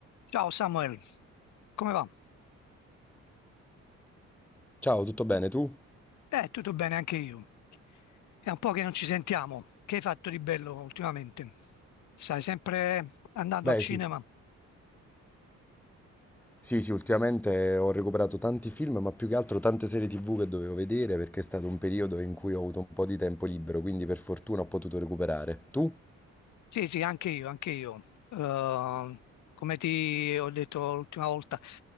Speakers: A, on the left (about 70°); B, in the centre.
A: Ciao Samuel, come va?
B: Ciao, tutto bene tu?
A: Eh, tutto bene anche io. È un po' che non ci sentiamo. Che hai fatto di bello ultimamente? Stai sempre andando
B: Beh,
A: al cinema?
B: sì. Sì, sì, ultimamente ho recuperato tanti film, ma più che altro tante serie TV che dovevo vedere perché è stato un periodo in cui ho avuto un po' di tempo libero, quindi per fortuna ho potuto recuperare. Tu?
A: Sì, sì, anche io, anche io. Eh, come ti ho detto l'ultima volta